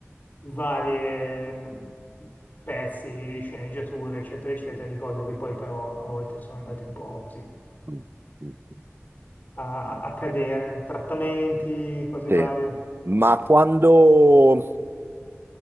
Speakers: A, on the left; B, on the right.
A: varie pezzi, sceneggiature, eccetera, eccetera, di cose che poi però a volte sono andate un po' così
B: Mm, mm, mm.
A: a, a cadere, trattamenti, cose
B: Sì.
A: varie.
B: Ma quando,